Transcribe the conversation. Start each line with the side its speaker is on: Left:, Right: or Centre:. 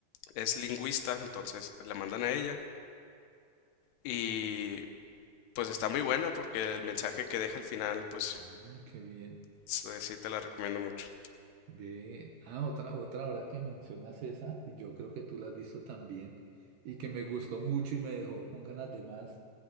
Left: es lingüista, entonces la mandan a ella y pues está muy buena porque el mensaje que deja al final, pues
Right: Mm, qué bien.
Left: sí te la recomiendo mucho.
Right: Ve, ah, otra, otra ahora que mencionas esa, y yo creo que tú la has visto también, y que me gustó mucho y me dejó con ganas de más,